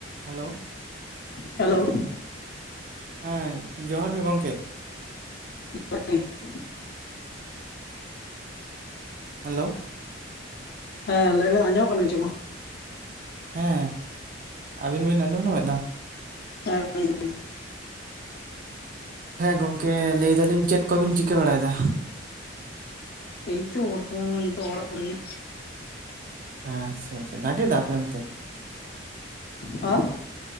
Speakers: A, on the right (about 45°); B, on the left (about 55°).
A: Hello
B: hello
A: ᱦᱮᱸ ᱡᱚᱦᱟᱨ ᱜᱮ ᱜᱚᱝᱠᱮ
B: <inaudible>
A: ᱦᱮᱞᱳ
B: ᱦᱮᱸ ᱞᱟᱹᱭ ᱵᱮᱱ, ᱟᱸᱚᱢᱚᱜ ᱠᱟᱱ ᱜᱮᱪᱚ ᱢᱟ
A: ᱦᱮᱸ ᱟᱹᱵᱤᱱ ᱵᱤᱱ ᱟᱸᱡᱚᱢ ᱧᱟᱢᱮᱫᱟ?
B: ᱦᱮᱸ <inaudible>
A: ᱦᱮᱸ ᱜᱚᱝᱠᱮ ᱞᱟᱹᱭ ᱫᱟᱞᱤᱧ ᱪᱮᱫ ᱠᱚᱵᱤᱱ ᱪᱤᱠᱟᱹ ᱵᱟᱲᱟᱭᱫᱟ?
B: ᱮᱭᱛᱚ ᱵᱚᱨᱛᱷᱚᱢᱟᱱ ᱢᱟ ᱱᱤᱛᱚᱜ ᱚᱲᱟᱜ ᱠᱚᱨᱮ ᱜᱮ᱾
A: ᱟᱪᱪᱷᱟ ᱟᱪᱪᱷᱟ ᱰᱟᱜᱮ ᱴᱟ ᱟᱯᱮ ᱚᱱᱛᱮ?
B: ᱦᱚ